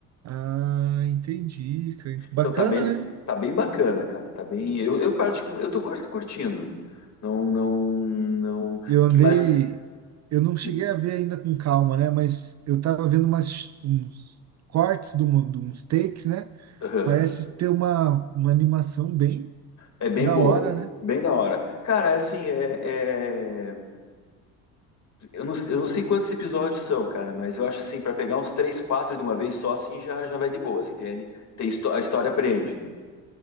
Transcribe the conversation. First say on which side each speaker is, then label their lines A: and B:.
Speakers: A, on the right (about 40°); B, on the left (about 40°).
A: Ah, entendi, cara. Bacana,
B: Então tá bem,
A: né?
B: tá bem bacana, cara. Tá bem. Eu, eu, particu- eu tô cur- curtindo. Não, não, não. O
A: Eu andei,
B: que mais que.
A: eu não cheguei
B: que-
A: a ver ainda com calma, né? Mas eu tava vendo umas, uns cortes de, uma, de uns takes, né?
B: aham.
A: Parece ter uma, uma animação bem
B: É bem
A: da
B: boa.
A: hora, né?
B: Bem da hora. Cara, é assim, é, é- Eu não, eu não sei quantos episódios são, cara, mas eu acho assim, pra pegar uns três, quatro de uma vez só, assim, já, já vai de boas, entende? Tem, histó- a história prende.